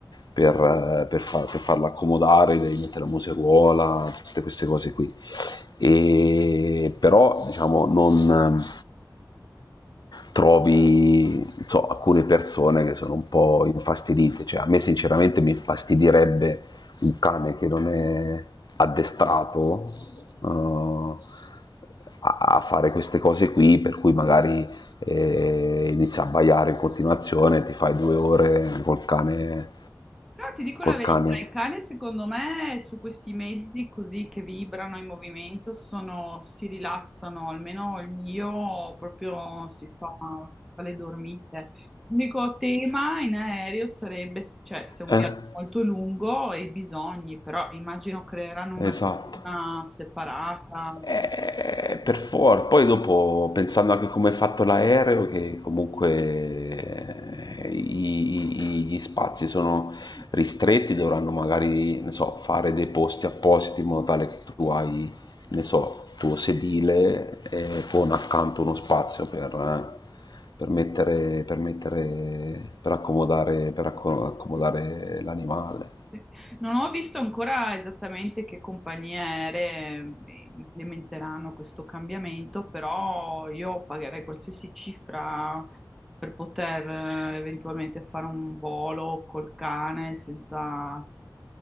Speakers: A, on the left (about 70°); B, in the centre.
A: per, per, far- per farla accomodare, devi mettere la museruola, tutte queste cose qui. E, però diciamo non trovi non so, alcune persone che sono un po' infastidite, cioè a me sinceramente mi infastidirebbe un cane che non è addestrato
B: <laughs>
A: eh, a, a fare queste cose qui, per cui magari eh, inizia a baiare in continuazione, ti fai due ore col cane,
B: Però ti dico
A: col
B: la verità,
A: cane.
B: il cane secondo me su questi mezzi così che vibrano in movimento sono- si rilassano, almeno il mio proprio si fa, fa le dormite. L'unico tema in aereo sarebbe, cioè se è un
A: Eh,
B: viaggio molto lungo e i bisogni, però immagino creeranno una
A: esatto.
B: duna separata, insomma.
A: Eh, per for poi dopo pensando anche come è fatto l'aereo, che comunque eh, i- i- i- gli spazi sono
B: eh.
A: ristretti, dovranno magari, ne so, fare dei posti appositi in modo tale che tu hai, ne so, tuo sedile eh, con accanto uno spazio per, eh, per mettere, per mettere, per accomodare, per acco- accomodare l'animale,
B: Sì. Non ho visto ancora esattamente che compagnie aeree ehm, implementeranno questo cambiamento, però io pagherei qualsiasi cifra per poter eh, eventualmente fare un volo col cane senza...